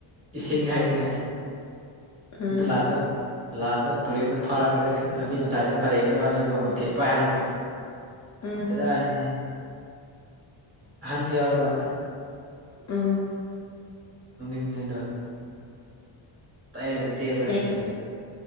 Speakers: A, on the right; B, on the left.
A: ꯏꯁꯤꯡ ꯍꯩꯔꯤꯉꯥꯏ
B: ꯑꯥ
A: ꯑꯗꯨ ꯂꯥꯁꯇ ꯂꯥꯁꯇ ꯄꯨꯂꯤꯁꯅ ꯐꯥꯔꯒ ꯂꯝꯕꯤ ꯃꯇꯥꯏꯗ ꯄꯔꯦꯡ ꯍꯜꯍꯥꯜꯂꯒꯕ ꯕꯀꯦꯠ ꯄꯥꯏꯍꯜꯂꯒ
B: ꯎꯝ
A: ꯕꯦꯔꯅꯤ ꯑꯍꯥꯟꯁꯨ ꯌꯥꯎꯑꯦꯕ
B: ꯎꯝ
A: ꯅꯣꯛꯅꯤꯡꯕꯅꯦ ꯑꯗꯣ ꯇꯩꯔꯒ ꯆꯦꯜꯕ
B: ꯆꯩ
A: ꯑꯁ ꯂꯣꯢꯔꯦ